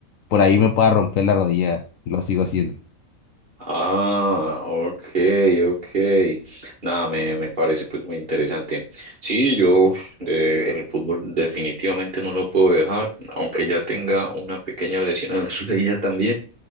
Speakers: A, on the left; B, on the right.
A: por ahí me pueda romper la rodilla, lo sigo haciendo.
B: Ah, ok, ok. Nada, me, me parece pues muy interesante. Sí, yo uf, de- el fútbol definitivamente no lo puedo dejar, aunque ya tenga una pequeña lesión en la <laughs> rodilla también,